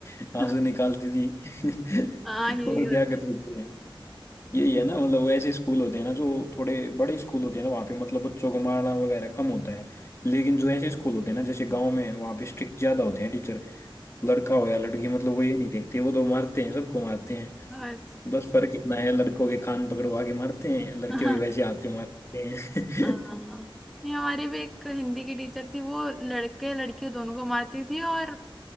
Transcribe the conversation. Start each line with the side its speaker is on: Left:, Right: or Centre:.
Left: <laughs>
Centre: <laughs>
Left: आंसू निकालती थी <laughs>
Centre: हाँ यही
Left: और
Centre: होता
Left: क्या कर सकते हैं यही है ना मतलब वो ऐसे स्कूल होते हैं ना जो थोड़े बड़े स्कूल होते हैं ना वहाँ पे मतलब बच्चों को मारना वगैरह कम होता है लेकिन जो ऐसे स्कूल होते हैं ना जैसे गांव में है वहाँ पे स्ट्रिक्ट ज्यादा होते हैं टीचर लड़का हो या लड़की मतलब वो ये नहीं देखते वो तो मारते हैं सबको मारते हैं
Centre: हाँ
Left: बस फर्क इतना है लड़कों के कान पकड़वा के मारते हैं लड़कियों
Centre: अच्छा
Left: के वैसे हाथ पे मारते हैं
Centre: हाँ
Left: <laughs>
Centre: नहीं हमारे भी एक हिंदी की टीचर थी वो लड़के लड़कियों दोनों को मारती थी और